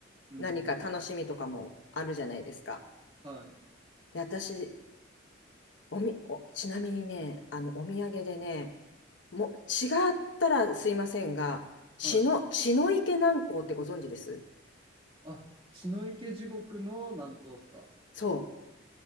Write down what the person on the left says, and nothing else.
何か楽しみとかもあるじゃないですか。
で、私、おみ、お、ちなみにね、あの、お土産でね、もう、違ったらすいませんが、血の、
血の池南港ってご存知です
そう。